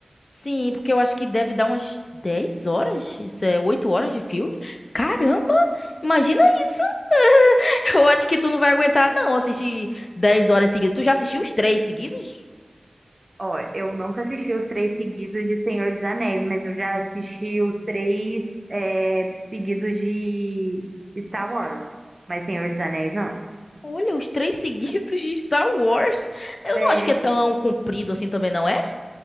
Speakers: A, on the left (about 60°); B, on the right (about 35°).
A: Sim, porque eu acho que deve dar umas 10 horas, isso é 8 horas de filme. Caramba, imagina isso. <laughs> Eu acho que tu não vai aguentar, não, assistir 10 horas seguidas. Tu já assistiu os três seguidos?
B: Ó, eu nunca assisti os três seguidos de Senhor dos Anéis, mas eu já assisti os três é, seguidos de Star Wars. Mas Senhor dos Anéis, não.
A: Olha, os três <laughs> seguidos de Star Wars. Eu
B: É,
A: não acho que é tão comprido assim também, não é?